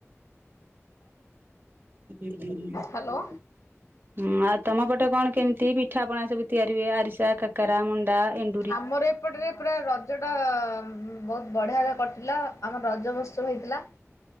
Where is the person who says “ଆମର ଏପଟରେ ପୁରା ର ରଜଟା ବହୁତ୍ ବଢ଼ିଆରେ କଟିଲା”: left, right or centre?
Left